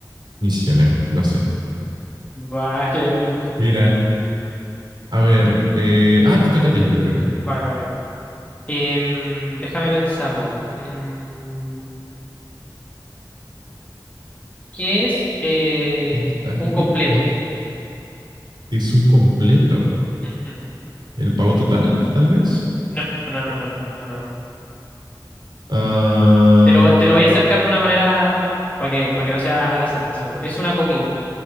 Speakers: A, on the right (about 75°); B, on the left (about 20°).
A: misionero. No sé.
B: Vale, vale.
A: Mira, a ver. eh, Ah, te toca a ti, te toca a ti.
B: Vale, vale. Em, déjame pensarlo. Mm, ¿qué es eh,
A: Tic tac,
B: un completo?
A: tic tac. Es un completo.
B: Ujú.
A: El pago total, tal vez.
B: No, no, no, no, no, no, no.
A: Ah.
B: Te lo, te lo voy a acercar de una manera para que, para que no sea al azar. Así como, es una comida.